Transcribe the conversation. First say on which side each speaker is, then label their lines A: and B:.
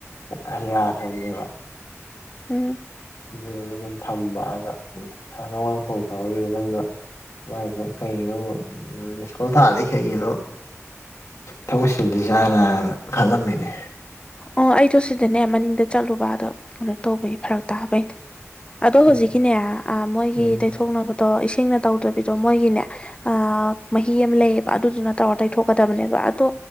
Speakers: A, on the left; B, on the left.
A: ꯑꯩꯅ ꯌꯥꯗꯕꯅꯤꯕ
B: ꯎꯝ
A: ꯑꯗꯨ ꯑꯗꯨꯝ ꯊꯝꯕ ꯑꯩꯅ <unintelligible> <unintelligible> <unintelligible> ꯃꯥꯢꯁꯦ ꯀꯩꯅꯣ <unintelligible> <unintelligible> ꯀꯒꯤꯅꯣ ꯇꯧꯁꯤꯟꯕꯤꯁꯤꯔꯥꯅ ꯈꯜꯂꯝꯃꯤꯅꯦ
B: ꯑꯣ ꯑꯩꯗꯣ ꯁꯤꯗꯅꯦ ꯃꯅꯤꯡꯗ ꯆꯠꯂꯨꯕ ꯑꯗꯣ ꯀꯩꯅꯣ ꯇꯧꯕꯒꯤ ꯐꯔꯛ ꯇꯥꯕꯩꯅꯦ ꯑꯗꯣ
A: ꯎꯝ
B: ꯍꯧꯖꯤꯛꯀꯤꯅꯦ ꯃꯣꯏꯒꯤ
A: ꯎꯝ
B: ꯇꯩꯊꯣꯛꯅꯕ ꯑꯗꯣ ꯏꯁꯤꯡꯅ ꯇꯧꯗꯕꯤꯗꯣ ꯃꯣꯏꯒꯤꯅꯦ ꯑꯥ ꯃꯍꯤ ꯑꯃ ꯂꯩ ꯑꯗꯨꯗꯨꯅ ꯇꯧꯔ ꯇꯩꯊꯣꯛꯀꯗꯕꯅꯦꯕ ꯑꯗꯣ